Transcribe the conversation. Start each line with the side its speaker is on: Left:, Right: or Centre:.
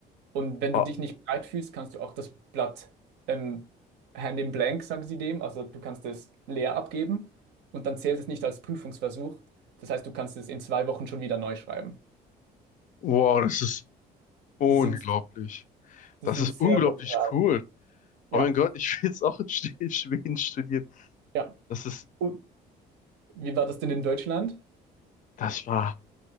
Right: Und wenn
Left: ah,
Right: du dich nicht bereit fühlst, kannst du auch das Blatt ähm, hand in blank, sagen sie dem, also du kannst es leer abgeben und dann zählt es nicht als Prüfungsversuch. Das heißt, du kannst es in zwei Wochen schon wieder neu schreiben.
Left: wow, das ist unglaublich.
Right: Sie sind, sie
Left: Das
Right: sind
Left: ist
Right: sehr
Left: unglaublich
Right: Mhm. sozial.
Left: cool.
Right: Ja,
Left: Oh mein Gott, ich will jetzt auch in Sch- in Schweden studieren.
Right: ja.
Left: Das ist,
Right: Und wie war das denn in Deutschland?
Left: das war